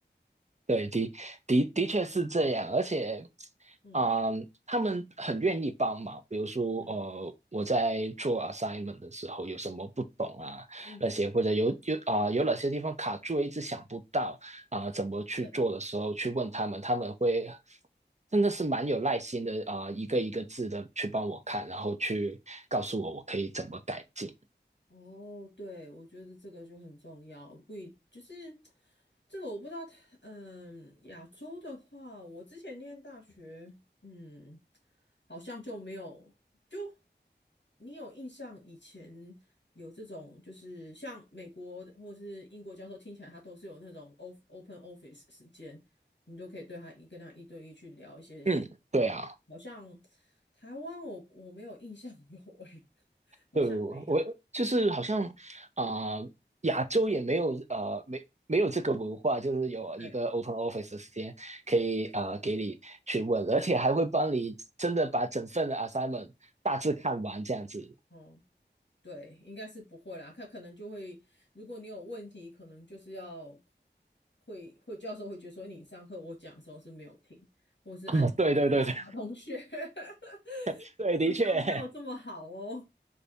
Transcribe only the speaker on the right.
对，的的的确是这样，而且，
嗯，他们很愿意帮忙。比如说，
呃，我在做 assignment 的时候有什么不懂啊，
那些或者有有啊、有哪些地方卡住，一直想不到啊、怎么去做的时候，
去问他们，他们会真的是蛮有耐心的啊、一个一个字的去帮我看，
然后去告诉我我可以怎么改进。
嗯，对啊。
对，我我就是好像啊、呃亚洲也没有呃，没没有这个文化，就是有一个
open office 的时间可以啊、
呃给你去问，而且还会帮你真的把整份的 assignment 大致看完这样子。
啊，<laughs> 对对对对
<laughs> 对，的确，